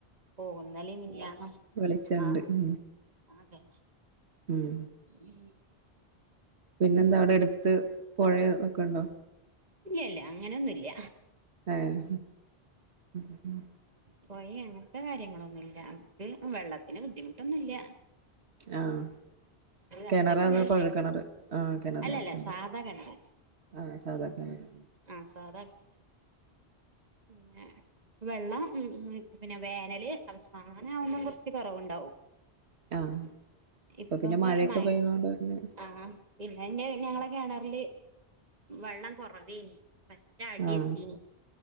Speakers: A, on the right; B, on the right.
A: ഓ ന്നലിം മിനിഞ്ഞാന്നും
B: വെളിച്ചണ്ട്
A: ആഹ്
B: ഉം
A: അതെ
B: ഉം
A: ഉം
B: പിന്നെന്താ അവിടെ എടുത്ത് പുഴയൊ ഒക്കണ്ടോ
A: ഇല്ലല്ല അങ്ങനൊന്നുല്ല
B: ആഹ് ഉം
A: പൊഴ അങ്ങൻത്തെ കാര്യങ്ങളൊന്നുംല്ല നമുക്ക് വെള്ളത്തിന് ബുദ്ധിമുട്ടൊന്നുവില്ല
B: ആഹ് കേണറാ
A: അങ്ങനെയൊക്കെണ്ട്
B: അതോ കൊഴൽ കേണറ് ആഹ് കേണറാണ്
A: അല്ലല്ല
B: മ്മ്
A: സാധാ കിണറന്നെ
B: ആഹ് സാധാ കേണറ്
A: ആഹ് സാധാ കിണ പിന്നെ വെള്ളം ഉം പിന്നെ വേനല് അവസാനം ആവുമ്പം കൊറച്ച് കൊറവുണ്ടാവും
B: ആഹ് ഇപ്പൊ
A: ഇപ്പൊക്കെ
B: പിന്നെ മഴയൊക്കെ
A: മഴ
B: പെയ്യുന്നോണ്ട് പിന്നെ
A: ആഹ് പിന്നെ ന്റെ ഞങ്ങള കേണറില് വെള്ളം കൊറവേനി പറ്റെ അടി
B: ആഹ്
A: എത്തീനി